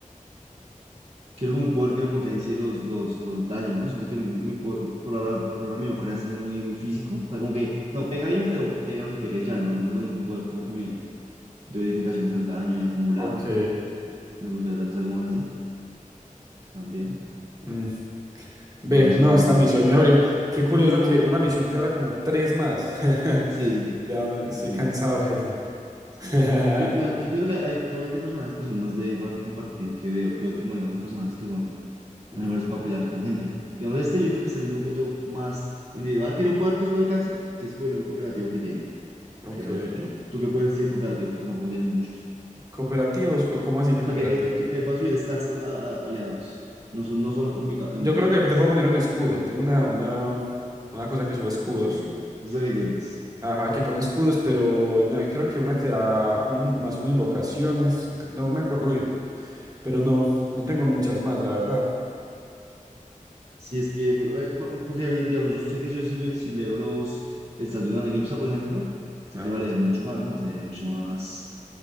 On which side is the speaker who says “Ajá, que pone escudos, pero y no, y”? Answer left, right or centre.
Right